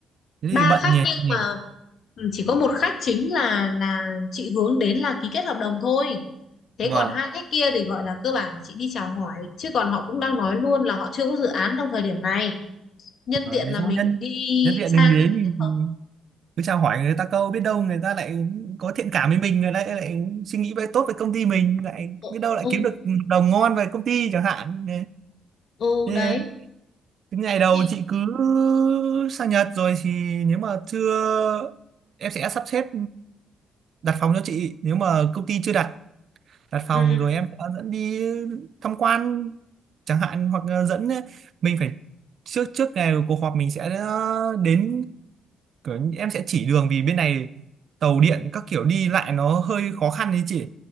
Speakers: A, on the right; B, on the left.
A: thế
B: ba
A: thì bận
B: khách
A: nhỉ
B: nhưng
A: nhỉ
B: mà ừ, chỉ có một khách chính là là chị hướng đến là ký kết hợp đồng thôi thế
A: vâng
B: còn hai khách kia thì gọi là cơ bản là chị đi chào hỏi chứ còn họ cũng đang nói luôn là họ chưa có dự án trong thời điểm này nhân
A: Vâng,
B: tiện
A: thế
B: là
A: thôi
B: mình
A: nhân
B: đi
A: nhân tiện
B: sang
A: đừng đến
B: thì mình kết hợp
A: thì cứ chào hỏi người ta câu biết đâu người ta lại có thiện cảm với mình người ta lại suy nghĩ về tốt về công ty mình lại
B: Ừ,
A: biết đâu lại
B: ừ.
A: kiếm được hợp đồng ngon về công ty chẳng hạn
B: ừ
A: Thế
B: đấy
A: cái ngày đầu
B: thì
A: chị cứ sang Nhật rồi thì nếu mà chưa em sẽ sắp xếp đặt phòng cho chị nếu mà công ty chưa đặt đặt phòng
B: ừ
A: rồi em sẽ dẫn đi tham quan chẳng hạn hoặc là dẫn mình phải trước trước ngày cuộc họp mình sẽ đến kiểu em sẽ chỉ đường vì bên này tàu điện các kiểu đi lại nó hơi khó khăn đấy chị